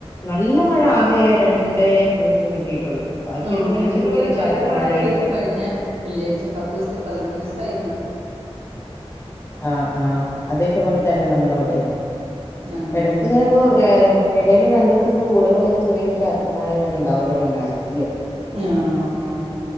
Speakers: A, on the left; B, on the right.
A: നല്ല മഴ ആകെ രണ്ടേ ദിവസം കിട്ടിയിട്ടുള്ളൂ ബാക്കിയൊക്കെ
B: ആഹ്
A: ഇങ്ങനെ
B: ഞങ്ങക്ക്
A: ചെറിയൊരു
B: ഇതുപോലെ നല്ല
A: ചാറ്റൽ
B: മഴ
A: മഴയായിട്ട്
B: കിട്ടിയത് കഴിഞ്ഞെ വെള്ളിയാഴ്ച്ച പത്തൂസം പതിനൊന്നിസായി ഇന്നേക്ക്
A: ആഹ് ആഹ് അതേപോലെ തന്നെ നമ്മളവിടെ
B: അങ്ങനെല്ലേ
A: ഇടക്ക് ഇങ്ങനെപ്പോ
B: ആഹ്
A: ഏഹ് ഇടയില് രണ്ടൂസൊക്കെ കൂടുമ്പോ ഇങ്ങനെചെറിയൊരു ചാറ്റൽ മഴ ഇങ്ങനെ ഇണ്ടാവില്ലോന്നാല് നൈറ്റില്
B: ആഹ്